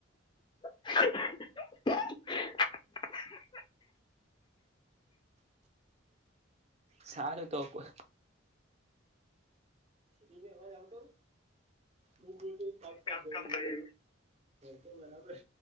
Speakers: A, on the left; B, on the right.
A: <unintelligible>
B: સારું તો. <unintelligible> એ અ આવતો કપ કપ
A: કામ
B: ભું
A: કામ થઈ
B: તો બરાબર